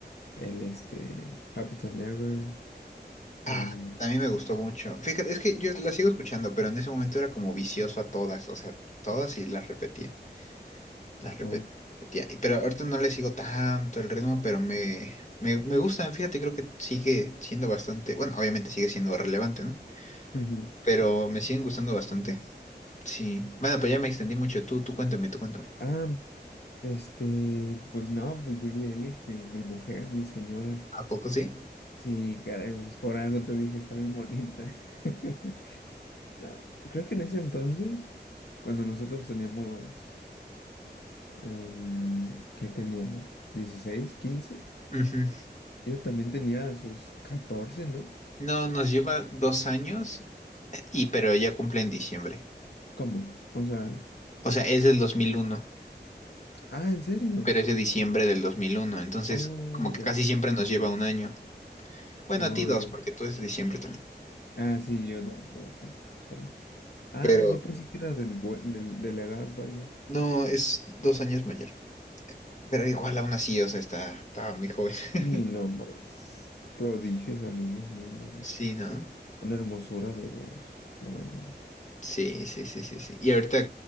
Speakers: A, on the left (about 70°); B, on the left (about 40°).
A: el este, Happy Than Ever, con...
B: Ah, también me gustó mucho. Fíjate, es que yo la sigo escuchando, pero en ese momento era como vicioso a todas, o sea, todas y las repetía, las repetía,
A: Oh.
B: las repetía. Y- Pero ahorita no le sigo tanto el ritmo, pero me, me, me gustan, fíjate, creo que sigue siendo bastante, bueno, obviamente sigue siendo relevante, ¿no?
A: ujú.
B: Pero me siguen gustando bastante. Sí. Bueno, pues ya me extendí mucho. Tú, tú cuéntame, tú cuéntame.
A: Ah, este, pues no, pues Billie Eilish, mi, mi mujer, mi señora.
B: ¿A poco sí?
A: Sí, caray, pues por algo te dije, está bien bonita. <laughs> No, creo que en ese entonces, cuando nosotros teníamos... Em, ¿qué teníamos? 16, 15.
B: Ujú.
A: Ella también tenía sus 14, ¿no?
B: No, nos lleva dos años, y pero ella cumple en diciembre.
A: ¿Cómo? O sea,
B: O sea, es del 2001,
A: ah, ¿en serio?
B: pero es de diciembre del 2001. Entonces,
A: Oh,
B: como
A: ya
B: que casi
A: veo.
B: siempre nos lleva un año. Bueno,
A: Oh,
B: a ti dos,
A: ya
B: porque
A: veo.
B: tú es de diciembre también.
A: Ah, sí, yo dos, dos, dos. Pero, ah,
B: Pero
A: yo pensé que era del, buen- del- de la edad, vaya.
B: no, es dos años mayor. Pero igual aún así, o sea, está, estaba muy joven. <laughs>
A: Y no, hombre, es prodigio esa niña, no, no, no.
B: Sí, ¿no?
A: Una hermosura de voz, la verdad.
B: Sí, sí, sí, sí, sí. Y ahorita,